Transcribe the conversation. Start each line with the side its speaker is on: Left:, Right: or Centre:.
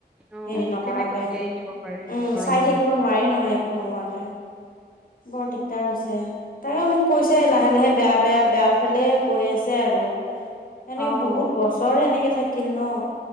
Centre: অ',
Left: হেৰি
Centre: অ',
Left: নকৰাকে।
Centre: কেনেকে এৰি দিব পাৰিব
Left: উম,
Centre: ঘৰৰ
Left: চাই
Centre: মানুহ।
Left: থাকিব নোৱাৰি নহয় একো নোহোৱাকে। বৰ দিগদাৰ হৈছে। তাইয়ো মোক কৈছে, লা লাহে লাহে বেয়া বেয়া বেয়াৰ ফালে গৈ আছে আৰু, এনেকে
Centre: অ'।
Left: বহুত বছৰ এনেকে থাক্ কিল্ ন